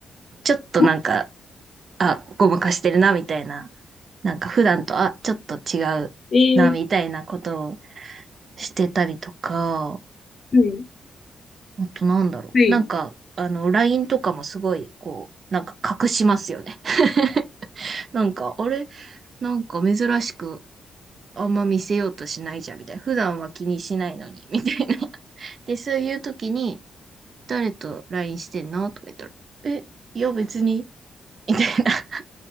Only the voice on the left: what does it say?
<laughs>
ええ
はい。
はい。